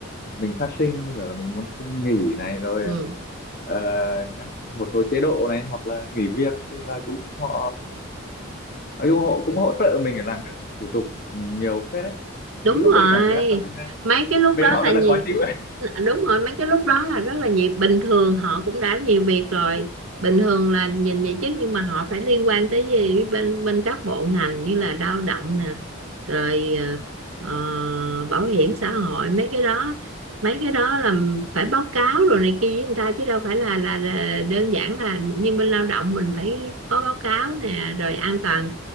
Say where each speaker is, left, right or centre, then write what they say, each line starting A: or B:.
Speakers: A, on the left; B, on the right.
A: mình phát sinh như kiểu là mình muốn xin nghỉ này rồi
B: Ừ,
A: ờ, các một số chế độ này hoặc là nghỉ việc tức là cũng họ nói chung họ cũng hỗ trợ mình để làm các thủ tục ừ, nhiều phết đấy
B: đúng
A: những lúc
B: rồi.
A: đấy cảm giác là bên
B: Mấy cái lúc
A: bên
B: đó
A: họ
B: là
A: rất
B: nhiều
A: là khó chịu ấy
B: đúng rồi, mấy cái lúc đó là rất là nhiều bình thường họ cũng đã nhiều việc rồi. Bình thường là nhìn vậy chứ nhưng mà họ phải liên quan tới gì bên bên các bộ ngành như là lao động nè, rồi ờ, ờ, bảo hiểm xã hội mấy cái đó mấy cái đó là phải báo cáo rồi này kia với người ta chứ đâu phải là, là là đơn giản là như bên lao động mình phải có báo cáo nè rồi an toàn